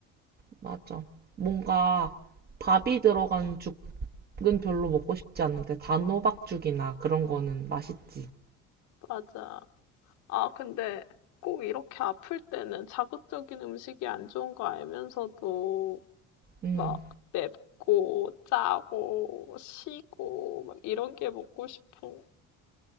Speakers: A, on the right (about 30°); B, on the left (about 70°).
A: 맞아. 뭔가 밥이 들어간 죽은 별로 먹고 싶지 않은데 단호박죽이나 그런 거는 맛있지.
B: 맞아. 아 근데 꼭 이렇게 아플 때는 자극적인 음식이 안 좋은 거 알면서도
A: 음.
B: 막 맵고 짜고 시고 막 이런 게 먹고 싶은